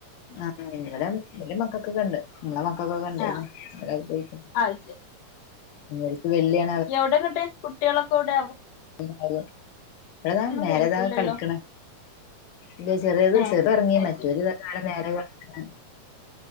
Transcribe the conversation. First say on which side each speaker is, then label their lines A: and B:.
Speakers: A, on the left; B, on the left.
A: ആഹ ഇവടെ വല്യ മക്കക്ക് ഒക്കണ്ട് ഇമ്മളെ മക്കക്കൊക്കെ ഇണ്ടേയ്ര്ന്ന്
B: ആഹ്
A: എല്ലാരും ചോയിക്കും
B: അത്
A: ഇവല്ക്ക് വെള്ളിയാ
B: എവടെന്നട്ട് കുട്ട്യേളൊക്കെ ഒവുടെ
A: <unintelligible> ഇവടതാ മേലെതാ
B: കേൾക്കില്ലല്ലോ
A: കളിക്ക്ണ് ന്റെ ചെറിയേത്
B: ഏഹ്
A: ചെർത് ഒർങ്ങി
B: അത്
A: മറ്റോല്
B: ശരി
A: താടെ മേലെ കളിക്ക്ണ്